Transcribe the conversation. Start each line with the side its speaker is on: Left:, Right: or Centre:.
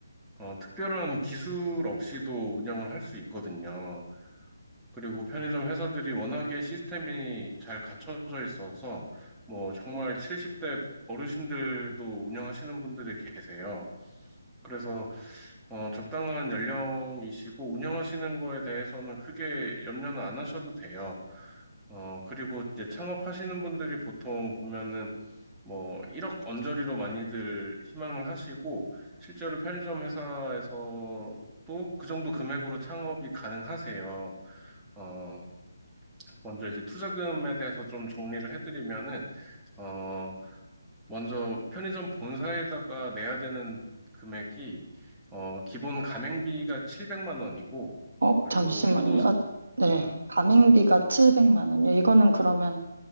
Centre: 어, 특별한 기술 없이도 운영을 할 수 있거든요. 그리고 편의점 회사들이 워낙에 시스템이 잘 갖춰져 있어서 뭐 정말 70대 어르신들도 운영하시는 분들이 계세요. 그래서 어, 적당한 연령이시고 운영하시는 거에 대해서는 크게 염려는 안 하셔도 돼요. 어, 그리고 이제 창업하시는 분들이 보통 보면은 뭐 1억 언저리로 많이들 희망을 하시고 실제로 편의점 회사에서도 그 정도 금액으로 창업이 가능하세요. 어, 먼저 이제 투자금에 대해서 좀 정리를 해드리면은 어, 먼저 편의점 본사에다가 내야 되는 금액이 어, 기본 가맹비가 700만 원이고
Right: 어,
Centre: 그리고
Right: 잠시만요.
Centre: 초도
Right: 아, 네.
Centre: 음,
Right: 가맹비가 700만 원이요. 이거는 그러면